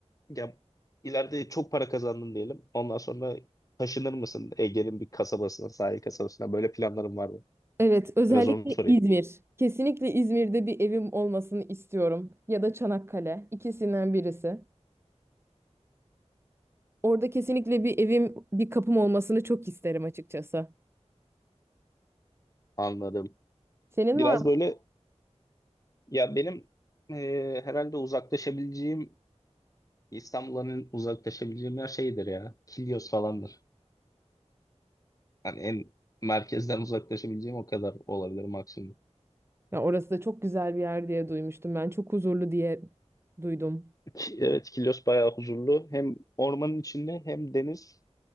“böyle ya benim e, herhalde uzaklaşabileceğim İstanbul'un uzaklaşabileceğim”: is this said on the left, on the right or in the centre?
Left